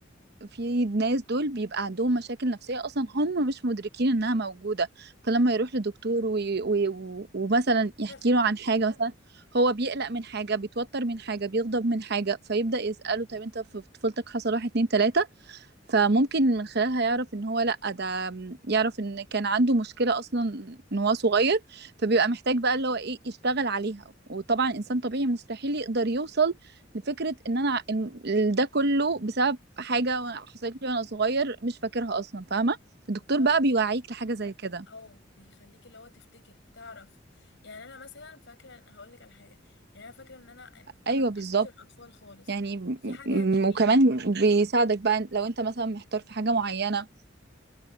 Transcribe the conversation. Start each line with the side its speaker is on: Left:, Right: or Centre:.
Right: في ناس دول بيبقى عندهم مشاكل نفسية اصلا هم مش مدركين انها موجودة
Left: صح.
Right: فلما يروح لدكتور وي... وي... ومثلا يحكي
Left: بتكتسب
Right: له عن حاجة مثلا هو بيقلق من حاجة بيتوتر من حاجة بيغضب من حاجة فيبدأ يسأله طب انت في طفولتك حصل واحد اتنين تلاتة فممكن من خلالها يعرف ان هو لأ ده يعرف ان كان عنده مشكلة اصلا ان هو صغير فبيبقى محتاج بقى اللي هو ايه يشتغل عليها وطبعا انسان طبيعي مستحيل يقدر يوصل لفكرة ان انا إن ده كله بسبب حاجة وأنا- حصلت لي وانا صغير مش فاكرها اصلا فاهمة الدكتور
Left: بالظبط.
Right: بقى بيوعيك لحاجة زي كده
Left: اه بيخليك اللي هو تفتكر تعرف يعني انا مثلا فاكره هقول لك على حاجه يعني انا فاكره ان انا انا
Right: ايوه
Left: ما بحبش
Right: بالظبط
Left: الاطفال خالص
Right: يعني م-
Left: يعني في حاجه
Right: م-
Left: بتبقي
Right: وكمان
Left: انت شويه
Right: بيساعدك
Left: بيها
Right: بقى لو انت مثلا محتار في حاجة معينة